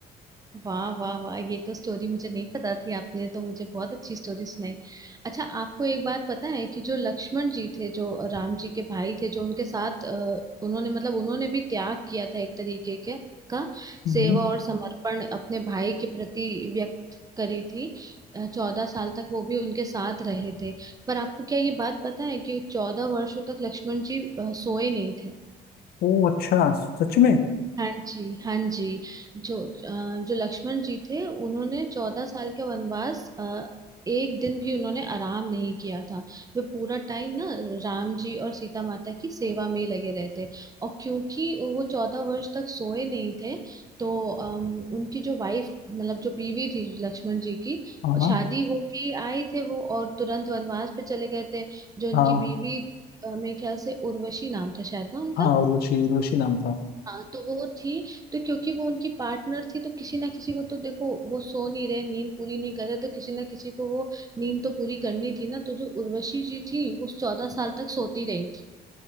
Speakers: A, on the right (about 20°); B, on the left (about 65°).
A: वाह वाह वाह ये तो स्टोरी मुझे नहीं पता थी आपने तो मुझे बहुत अच्छी स्टोरी सुनाई अच्छा आपको एक बात पता है कि जो लक्ष्मण जी थे जो राम जी के भाई थे जो उनके साथ अ, उन्होंने मतलब उन्होंने भी त्याग किया था एक तरीके के का
B: हम्म,
A: सेवा और समर्पण अपने भाई के प्रति व्यक्त करी थी चौदह साल तक वो भी उनके साथ रहे थे पर आपको क्या ये बात पता है कि चौदह वर्षों तक लक्ष्मण जी अ, सोए नहीं थे
B: ओ अच्छा सच में
A: हाँ जी हाँ जी जो अ, जो लक्ष्मण जी थे उन्होंने चौदह साल के वनवास अ, एक दिन भी उन्होंने आराम नहीं किया था वे पूरा टाइम ना राम जी और सीता माता की सेवा में ही लगे रहते और क्योंकि वो चौदह वर्ष तक सोए नहीं थे तो अम, उनकी जो वाइफ मतलब जो बीवी थी लक्ष्मण जी की
B: हाँ हाँ
A: शादी होके आए थे वो और तुरंत वनवास पे चले गए थे जो उनकी
B: हाँ
A: बीवी अ, मेरे ख्याल से उर्वशी नाम था शायद ना
B: हाँ उर्वशी उर्वशी नाम था
A: हाँ तो वो थी तो क्योंकि वो उनकी पार्टनर थी तो किसी ना किसी को तो देखो वो सो नहीं रहे नींद पूरी नहीं कर रहे तो किसी ना किसी को वो नींद तो पूरी करनी थी ना तो जो उर्वशी जी थी वो चौदह साल तक सोती रही थी